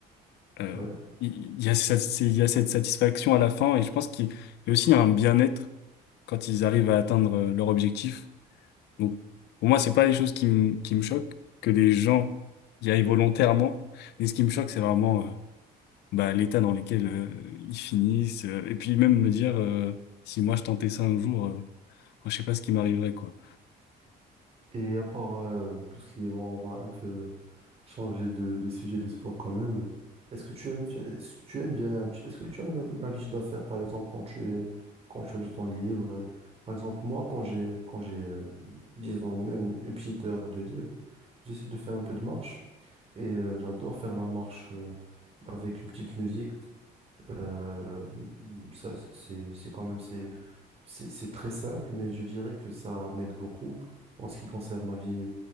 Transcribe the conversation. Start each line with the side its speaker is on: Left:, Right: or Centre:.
Left: euh,
Right: Ouais.
Left: il il y a cette, c'est- il y a cette satisfaction à la fin et je pense qu'il y a aussi un bien-être quand ils arrivent à atteindre euh, leur objectif. Donc, pour moi, c'est pas les choses qui me, qui me choquent, que des gens y aillent volontairement. Mais ce qui me choque, c'est vraiment euh, bah, l'état dans lequel euh, ils finissent. euh, et puis même me dire, euh, si moi je tentais ça un jour, euh, moi, je sais pas ce qui m'arriverait, quoi.
Right: Et à part euh, tout ce qui est bon, on va un peu changer de, de sujet de sport quand même. Est-ce que tu aimes, fi- est-ce que tu aimes bien, tu- est-ce que tu as une- l'habitude à faire, par exemple, quand tu es, quand tu as du temps libre? euh, Par exemple, moi, quand j'ai, quand j'ai, euh, disons, même une petite heure de libre, j'essaie de faire un peu de marche et euh, j'adore faire la marche euh, avec une petite musique. Euh, ça, c'est, c'est quand même, c'est, c'est c'est très simple, mais je dirais que ça m'aide beaucoup en ce qui concerne ma vie